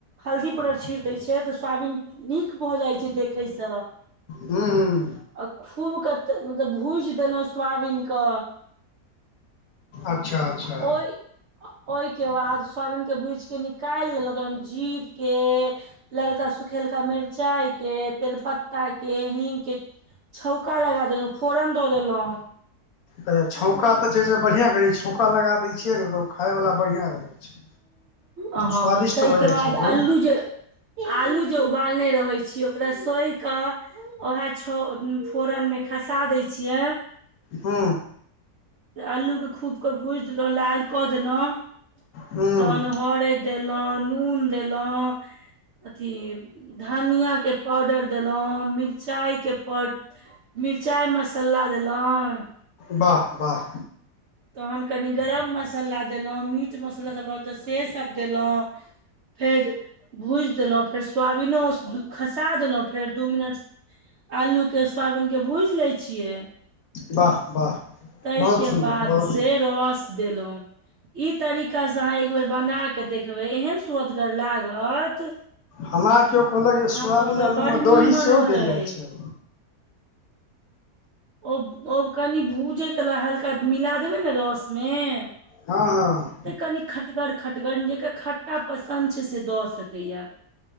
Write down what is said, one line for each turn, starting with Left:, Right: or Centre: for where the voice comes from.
Right: हल्दी पाउडर छीट दैत छियै तऽ, सोयाबीन नीक भऽ जाइत छै देखैसँ।
Left: ह ह।
Right: आ खूब के मतलब भुज देलहुं सोाबीन के।
Left: अच्छा! अच्छा
Right: ओइ ओहिके बाद स्वामीन के भूजि के निकालि लेलउ तखन जीर के ललका सुखेलका मिर्चाई के तेर प त्ता के हींग के छौका लगा देलहुँ, फोरन दऽ देलहुँ।
Left: अच्छा! छौका
Right: बोला
Left: तऽ छै से बढ़िआँ करै छै, छौका लगा दैत छियै ने तऽ, ओ खायवला बढ़िआँ रहै छै।
Right: ह
Left: स्वादिष्ट
Right: ताहिके
Left: भऽ जाइ
Right: बाद
Left: छै एकदम
Right: अल्लू जे <unintelligible> आलू जे उबालने रहै छीय ओकरा सोहि क उएह छ फोरनमे खसा दैत छियै।
Left: हू।
Right: अल्लूके खूब क भूजि देलौं, लाल कऽ देलौं। तऽहन
Left: हूँ
Right: हरैद देलौं, नून देलौं। अथी धनिया के पाउडर देलौं, मिरचाइ के पाउड मिरचाइ मस्सला देलौं।
Left: बाह-बाह।
Right: तहन कनि गरम मस्सला देलौं, मीट मस्सला सभ रहल तऽ से सभ देलौं। फेर भुजि देलौं, फेर सुवाबीनो खसा देलौं, फेर दू मिनट अल्लू के सुवाबीन के भुइज लै छियै।
Left: वाह वाह
Right: तई
Left: बहुत
Right: के
Left: सुन्दर
Right: बाद
Left: बहुत
Right: से
Left: सुन्दर
Right: रऽस देलौं। ई तरीका स अहाँ एक बेर बना क देखबै एहन स्वदगर लागत
Left: हमरा कियो कहलक
Right: अहाँ
Left: जे सुवाबिन
Right: कहबै
Left: आलू
Right: बड
Left: मे
Right: नीमन
Left: दऽही सेहो
Right: हय
Left: देल जाइ छैय।
Right: ओ-ओ कनि भूजै कला हल्का मिला देबै ने रऽस में
Left: हँ-हँ।
Right: तऽ कनी खटगर खटगर जकर खट्टा पसन्द छै से दऽ सकैए।